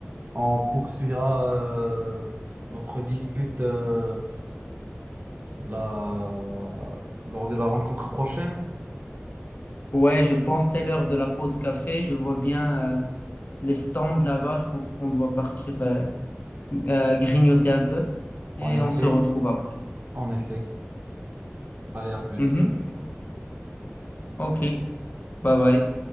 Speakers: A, on the right; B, on the left.
A: On poursuivra euh, notre dispute euh, la... lors de la rencontre prochaine.
B: Ouais, je pense que c'est l'heure de la pause café. Je vois bien. euh, les stands là-bas. Je pense qu'on doit partir euh, euh, grignoter un peu et
A: En effet,
B: on se retrouve après.
A: en effet. Allez, à plus.
B: Mhm. Ok, bye bye.